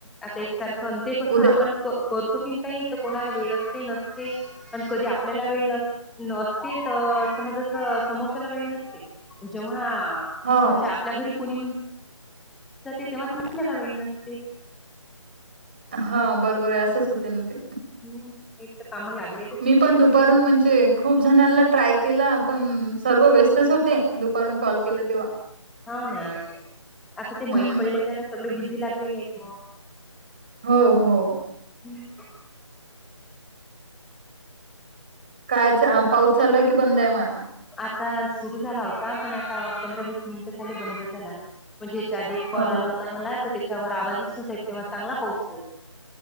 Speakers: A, in the centre; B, on the right (about 20°).
A: आता एकसारखं न ते कसं
B: उद्या
A: आपण क, करतो की नाही तर कोणाला वेळच नही नसते. पण कधी आपल्याला वेळ असते, तर समजं समोरच्याला वेळ नसते. जेव्हा
B: हो.
A: म्हणजे आपल्या घरी कोणी येऊन जाते तेव्हा <unintelligible> आपल्याला वेळ नसते.
B: हा बरोबर आहे असंच होते ना ते.
A: हम् एक त काम लागले
B: मी पण दुपारून म्हणजे खूप जणांला ट्राय केला, पण सर्व व्यस्तच होते दु दुपारुन कॉल केलं तेव्हा.
A: हो ना, आता ते
B: हम्म.
A: माहित पडल्याच्यान सगळे बिझी लागलेले आहेत म.
B: हो -हो,
A: हम्,
B: अच्छा, पाऊस चालू आहेकी बंद आहे मग आता?
A: आता सुरू झाला होता, पण आता पंधरा, वीस मिनिटं झाले बंद झाला. म्हणजे याच्या आधी एक
B: हो
A: कॉल आला
B: का?
A: होता मला, तर त्याच्यावर आवाजच नव्हता तेव्हा चांगला पाऊस आला.